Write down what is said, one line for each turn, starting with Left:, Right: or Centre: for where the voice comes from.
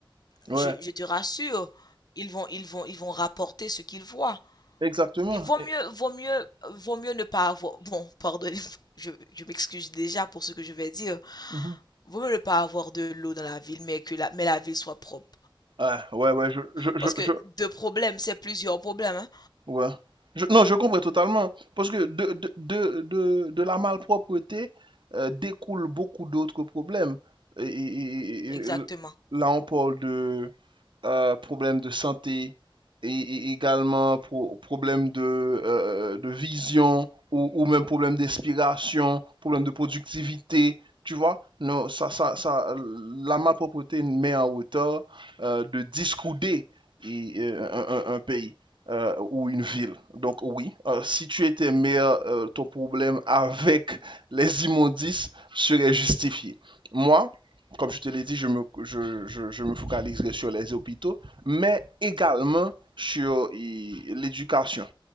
Left: je,
Right: Ouais,
Left: je te rassure, ils vont, ils vont, ils vont rapporter ce qu'ils voient.
Right: exactement.
Left: Il vaut
Right: Et-
Left: mieux, vaut mieux, vaut mieux ne pas avoir. Bon, pardon, je, je m'excuse déjà pour ce que je vais dire.
Right: Mhm.
Left: Vaut mieux ne pas avoir de l'eau dans la ville, mais que la, mais la ville soit propre.
Right: Ah. ouais, ouais, je, je, je,
Left: Parce que
Right: je-
Left: deux problèmes, c'est plusieurs problèmes. hein.
Right: ouais. Je- non, je comprends totalement. Parce que de, de, de, de, de la malpropreté euh, découle beaucoup d'autres problèmes. Et, et- et- et-
Left: Exactement.
Right: et là, on parle de, euh, problème de santé et, et également pro- problème de, euh, de vision ou, ou même problèmes d'inspiration, problèmes de productivité. Tu vois, non, ça, ça, ça, la malpropreté met en hauteur euh, de discouder et, euh, un, un- un pays euh, ou une ville. Donc oui, euh, si tu étais maire, euh, ton problème avec les immondices serait justifié. Moi, comme je te l'ai dit, je me, je, je- je me focaliserai sur les hôpitaux, mais également sur eh, l'éducation.